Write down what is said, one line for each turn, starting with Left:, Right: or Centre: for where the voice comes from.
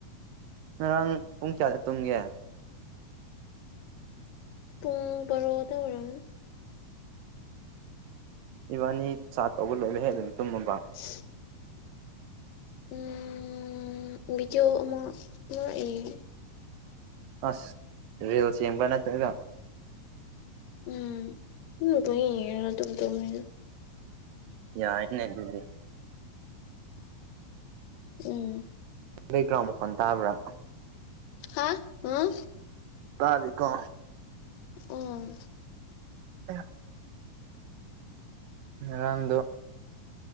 Right: ꯉꯔꯥꯡ ꯄꯨꯡ ꯀꯌꯥꯗ ꯇꯨꯝꯒꯦ
Left: ꯄꯨꯡ ꯕꯥꯔꯣꯗ ꯑꯣꯏꯔꯝꯅꯤ
Right: ꯏꯕꯥꯅꯤ ꯆꯥꯠ ꯇꯧꯕ ꯂꯣꯏꯕ ꯍꯦꯛ ꯑꯗꯨꯝ ꯇꯨꯝꯃꯕ
Left: <unintelligible> ꯎꯝ ꯕꯤꯗꯤꯑꯣ ꯑꯃ ꯑꯃꯔꯛ ꯌꯦꯡꯉꯦ
Right: ꯑꯁ ꯔꯤꯜꯁ ꯌꯦꯡꯕ꯭ꯔꯥ ꯅꯠꯇ꯭ꯔꯒꯥꯅ
Left: ꯎꯝ ꯑꯗꯨꯝ ꯄꯪꯌꯦꯡꯔꯒ ꯑꯗꯨꯝ ꯇꯨꯝꯃꯦꯗ
Right: ꯌꯥꯏꯅꯦ ꯑꯗꯨꯗꯤ
Left: ꯎꯝ
Right: ꯕꯦꯛꯒ꯭ꯔꯥꯎꯟ ꯃꯈꯣꯟ ꯇꯥꯕ꯭ꯔꯥ
Left: ꯍꯥꯥ ꯑꯥ
Right: ꯇꯥꯔꯤ ꯀꯣ
Left: ꯎꯝ
Right: ꯑꯌꯥ ꯔꯥꯡꯗꯣ